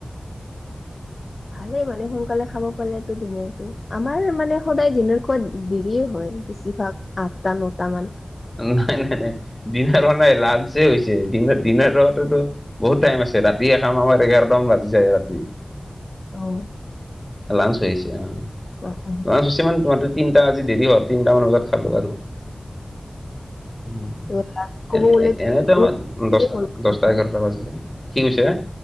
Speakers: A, on the left (about 55°); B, on the left (about 15°).
A: ভালেই মানে সোনকালে খাব পালেটো ডিনাৰটো আমাৰ মানে সদায় ডিনাৰ- দেৰি হয় বেছিভাগ আঠটা নটা মান-
B: নাই নাই নাই ডিনাৰ হোৱা নাই লাঞ্চে হৈছে ডিনাৰ ডিনাৰ হেতু - বহুত টাইম আছে ৰাতি এশাম আমাৰ এঘাৰটা মান বাজি যায় ৰাতি।
A: অঁ
B: লানচ হৈছে অঁ -
A: অ অ
B: লাঞ্চ হৈছে মানে তোমাতটো তিনিটা আজি দেৰি হ'ল তিনটামান বজাত খালোঁ আৰু। উ
A: ত' লাঞ্চ ক'ব
B: এনে
A: গ'লেতো
B: এনেতো
A: বহুত
B: আমাৰ দহটা
A: দেৰি হ'ল তোমাৰ
B: দছটা
A: পৰা।
B: এঘাৰটা বাজি যাই, কি কৈছে?